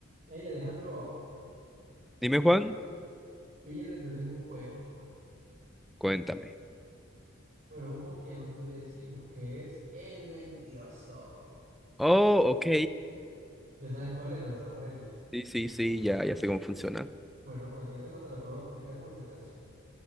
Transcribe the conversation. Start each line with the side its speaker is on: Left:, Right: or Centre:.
Right: Hey Alejandro,
Centre: Dime, Juan,
Right: píllate, te tengo un juego.
Centre: cuéntame.
Right: Bueno, es un juego que ya nosotros ya hicimos, que es El Mentiroso.
Centre: Oh, ok.
Right: Ya sabes cuál es, ¿verdad? Las reglas.
Centre: Sí, sí, sí, ya, ya sé cómo funciona.
Right: Bueno, cualquier cosa te la vuelvo a explicar por si acaso.